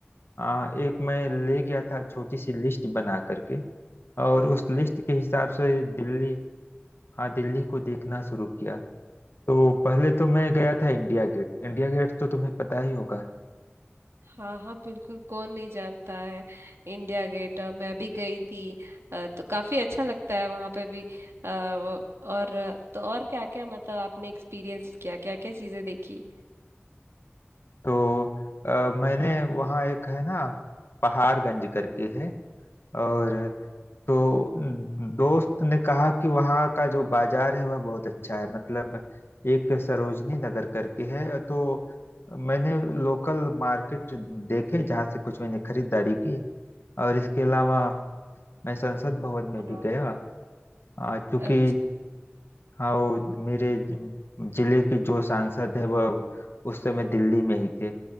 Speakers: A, on the left; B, on the right.
A: आ, एक मैं ले गया था छोटी सी लिस्ट बना करके और उस लिस्ट के हिसाब से दिल्ली हाँ दिल्ली को देखना शुरू किया तो पहले तो मैं गया था इंडिया गेट इंडिया गेट तो तुम्हें पता ही होगा
B: हाँ हाँ बिल्कुल कौन नहीं जानता है इंडिया गेट अ, मैं भी गई थी अ, तो काफी अच्छा लगता है वहां पे भी अ, और अ, तो और क्या क्या मतलब आपने एक्सपीरियंस किया क्या क्या चीजें देखी
A: तो आ, मैंने वहाँ एक है ना पहाड़गंज करके है और तो दोस्त ने कहा कि वहाँ का जो बाजार है वह बहुत अच्छा है मतलब एक सरोजनी नगर करके है तो मैंने लोकल मार्केट देखे जहाँ से कुछ मैंने खरीदारी की और इसके अलावा मैं संसद भवन में भी
B: हाँ
A: गया आ, क्योंकि
B: अच्छा
A: हाँ वो मेरे ज- जिले के जो सांसद है वह उस समय दिल्ली में ही थे